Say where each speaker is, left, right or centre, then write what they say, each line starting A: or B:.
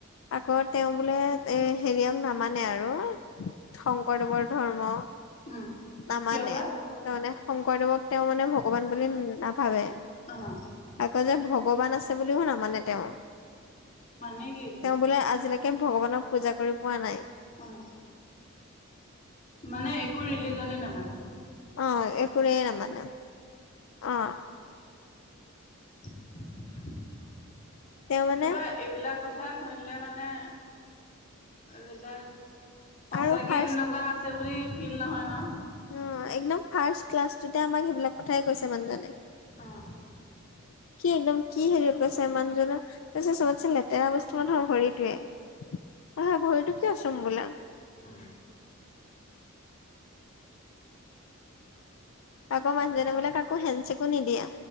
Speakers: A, on the left; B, on the left.
A: আকৌ তেওঁ বোলে এ হেৰিয়ক নামানে আৰু শংকৰদেৱৰ ধৰ্ম
B: উম
A: নামানে।
B: কিয় বা
A: তেওঁ মানে শংকৰদেৱক তেওঁ মানে ভগৱান বুলি নাভাবে।
B: অঁ
A: আকৌ যে ভগৱান আছে বুলিও নামানে তেওঁ।
B: মানে কি তেন্তে
A: তেওঁ বোলে আজিলেকে ভগৱানক পূজা কৰি পোৱা নাই।
B: অঁ। মানে একো ৰিলিজনে নেমানে?
A: অ একোৱেই নামানে অঁ।
B: <inaudible>
A: তেওঁ মানে
B: কিবা এইবিলাক কথা শুনিলে মানে এইবিলাক সঁচাকে
A: আৰু ফাৰ্ষ্ট
B: তেনেকুৱা আছে বুলি ফিল নহয় ন?
A: অ একদম ফাৰ্ষ্ট ক্লাছটোতে আমাক সেইবিলাক কথাই কৈছে মানুহজনে।
B: অ',
A: <inaudible> কি একদম কি সেৰিত কৈছে, মানুহজন। তাৰপিছত, চবতছে লেতেৰা বস্তু মানুহৰ ভৰিটোৱে। আঁ ভৰিটো কিয় চোম বোলে।
B: অ'! <unintelligible>
A: আকৌ, মানুহজনে বোলে, কাকো হেণ্ডচেকো নিদিয়ে।